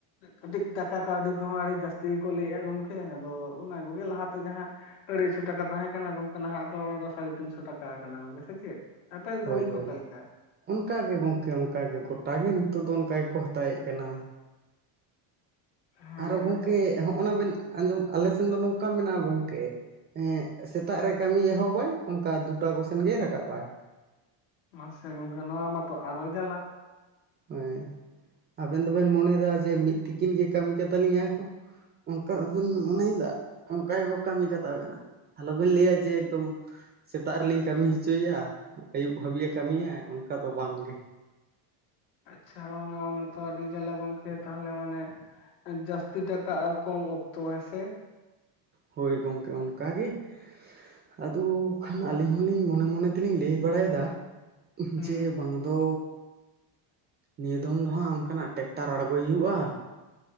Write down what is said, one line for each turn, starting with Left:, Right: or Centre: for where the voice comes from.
Left: ᱠᱟᱹᱴᱤᱡ ᱴᱟᱠᱟ ᱠᱟᱹᱣᱰᱤ ᱠᱚᱦᱚᱸ ᱟᱹᱰᱤ ᱡᱟᱹᱥᱛᱤ ᱜᱮᱠᱚ ᱞᱟᱹᱭᱮᱫᱼᱟ ᱜᱚᱢᱠᱮ ᱟᱫᱚ ᱚᱱᱟ ᱠᱚᱜᱮ ᱞᱟᱦᱟᱛᱮ ᱡᱟᱦᱟᱸ ᱟᱹᱲᱟᱹᱭᱥᱚ ᱴᱟᱠᱟ ᱛᱟᱦᱮᱸ ᱠᱟᱱᱟ ᱜᱚᱢᱠᱮ ᱱᱟᱦᱟᱜ ᱫᱚ ᱚᱱᱟ ᱫᱚ ᱥᱟᱲᱮ ᱛᱤᱱ ᱥᱚ ᱴᱟᱠᱟ ᱟᱠᱟᱱᱟ ᱜᱚᱝᱠᱮ ᱥᱮ ᱪᱮᱫ? ᱟᱯᱮ ᱫᱚ
Right: ᱦᱳᱭ
Left: ᱜᱚᱢᱠᱮ
Right: ᱦᱳᱭ
Left: ᱚᱠᱟ ᱞᱮᱠᱟ
Right: ᱚᱱᱠᱟᱜᱮ ᱜᱚᱢᱠᱮ ᱚᱱᱠᱟᱜᱮ ᱜᱚᱴᱟ ᱜᱮ ᱱᱤᱛᱚᱜ ᱫᱚ ᱚᱱᱠᱟ ᱜᱮᱠᱚ ᱦᱟᱛᱟᱣᱮᱫ ᱠᱟᱱᱟ ᱾
Left: ᱦᱮᱸ
Right: ᱟᱨᱚ ᱜᱚᱢᱠᱮ
Left: ᱛᱚ
Right: ᱦᱚᱸᱜᱼᱚ ᱱᱟ ᱵᱮᱱ ᱟᱸᱡᱚᱢ ᱟᱞᱮ ᱥᱮᱱ ᱫᱚ ᱱᱚᱝᱠᱟ ᱢᱮᱱᱟᱜᱼᱟ ᱜᱚᱢᱠᱮ, ᱥᱮᱛᱟᱜ ᱨᱮ ᱠᱟᱹᱢᱤ ᱮᱦᱚᱵᱟᱭ ᱚᱱᱠᱟ ᱫᱩᱴᱟ ᱠᱚᱥᱮᱱ ᱜᱮᱭ ᱨᱟᱠᱟᱵᱟᱭ ᱾
Left: ᱢᱟᱥᱮ ᱜᱚᱝᱠᱮ ᱱᱚᱣᱟ ᱢᱟᱛᱚ ᱟᱨᱚ ᱡᱟᱞᱟ ᱾
Right: ᱦᱮᱸ ᱟᱵᱮᱱ ᱫᱚᱵᱮᱱ ᱢᱚᱱᱮᱭᱮᱫᱟ ᱡᱮ ᱢᱤᱫ ᱛᱤᱠᱤᱱ ᱜᱮ ᱠᱟᱹᱢᱤ ᱠᱟᱛᱟᱞᱤᱧᱟ ᱮᱦᱚᱵ-ᱟ ᱚᱱᱠᱟ ᱵᱮᱱ ᱢᱚᱱᱮᱭ ᱫᱟ ᱚᱱᱠᱟ ᱜᱮᱠᱚ ᱠᱟᱹᱢᱤ ᱠᱟᱛᱟ ᱵᱮᱱᱟ᱾ ᱟᱞᱚᱵᱤᱱ ᱞᱟᱹᱭᱟ ᱡᱮ ᱮᱠᱫᱚᱢᱼᱼ ᱥᱮᱛᱟᱜ ᱨᱮᱞᱤᱞ ᱠᱟᱹᱢᱤ ᱦᱚᱪᱚᱭᱟ ᱟᱹᱭᱩᱵ ᱦᱟᱹᱵᱤᱡᱼᱮ ᱠᱟᱹᱢᱤᱭᱟ ᱚᱱᱠᱟ ᱫᱚ ᱵᱟᱝᱜᱮ ᱾
Left: ᱟᱪᱪᱷᱟ ᱚᱱᱟ ᱢᱟᱛᱚ ᱟᱰᱤ ᱡᱟᱞᱟ ᱜᱚᱝᱠᱮ ᱛᱚ, ᱛᱟᱦᱚᱞᱮ ᱢᱟᱱᱮ ᱡᱟᱹᱥᱛᱤ ᱴᱟᱠᱟ ᱟᱨ ᱠᱚᱢ ᱚᱠᱛᱚ ᱦᱮᱥᱮ᱾
Right: ᱦᱳᱭ ᱜᱚᱢᱠᱮ ᱚᱱᱠᱟ ᱜᱮ ᱾ ᱟᱫᱚ ᱠᱷᱟᱱ ᱟᱹᱞᱤᱧ ᱦᱚᱞᱤᱧ ᱢᱚᱱᱮ ᱢᱚᱱᱮ ᱛᱮᱞᱤᱧ ᱞᱟᱹᱭ ᱵᱟᱲᱟᱭᱮᱫᱟ ᱾
Left: ᱦᱩᱸ
Right: ᱡᱮ ᱵᱟᱝ ᱫᱚᱼᱼ ᱱᱤᱭᱟᱹ ᱫᱚᱢ ᱫᱚ ᱦᱟᱸᱜ ᱚᱱᱠᱟᱱᱟᱜ ᱴᱮᱠᱴᱟᱨ ᱟᱬᱜᱚᱭ ᱦᱩᱭᱩᱜᱼᱟ᱾